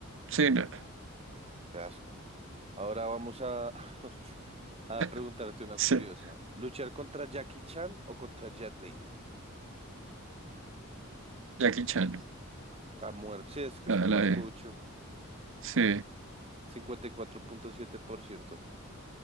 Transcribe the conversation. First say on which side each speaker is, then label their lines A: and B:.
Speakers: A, on the right; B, on the right.
A: Sí, no.
B: Qué asco. Ahora vamos a, <laughs> a
A: <laughs>
B: preguntarte una
A: Sí.
B: curiosa. ¿Luchar contra Jackie Chan o contra Jet Li?
A: Jackie Chan.
B: A muerte. Sí, es que está
A: Ah,
B: más
A: la de.
B: cucho.
A: Sí.
B: cincuenta y cuatro punto siete por ciento